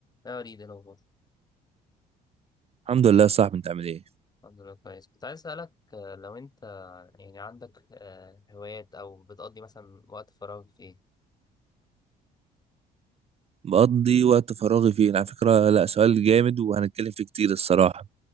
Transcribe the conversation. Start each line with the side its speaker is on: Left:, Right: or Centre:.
Left: لا أريد الأخبار
Right: الحمد لله يا صاحبي انت عامل ايه
Left: الحمد لله كويس كنت عايز أسألك آه، لو أنت يعني عندك آه، هوايات أو بتقضي مثلا وقت فراغ في إيه؟
Right: بقضي وقت فراغي فين على فكرة لا سؤال جامد وهنتكلم فيه كتير الصراحة